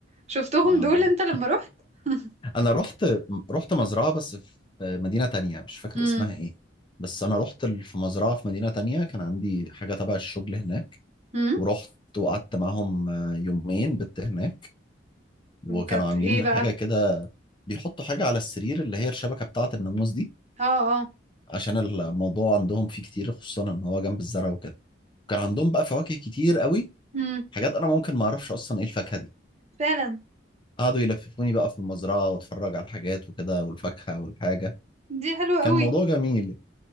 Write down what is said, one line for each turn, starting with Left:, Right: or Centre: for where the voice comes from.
Right: شفتهم
Left: آه.
Right: دول انت لما رحت <laughs>
Left: انا رحت رحت مزرعة بس في مدينة تانية مش فاكر
Right: امم
Left: اسمها ايه بس انا رحت ال- في مزرعة في مدينة تانية كان عندي حاجة تبع الشغل هناك
Right: امم
Left: ورحت وقعدت معاهم آه، يومين بت هناك وكانوا
Right: وكانت
Left: عاملين
Right: ايه بقى
Left: حاجة كده بيحطوا حاجة على السرير اللي هي الشبكة بتاعة الناموس دي
Right: اه اه
Left: عشان الموضوع عندهم فيه كتير خصوصا ان هو جنب الزرع وكده كان عندهم بقى فواكه كتير قوي
Right: امم
Left: حاجات انا ممكن ما اعرفش اصلا ايه الفاكهه دي
Right: فعلا
Left: قعدوا يلففوني بقى في المزرعه واتفرج على الحاجات وكده والفاكهه والحاجه
Right: دي حلوة
Left: كان
Right: قوي
Left: موضوع جميل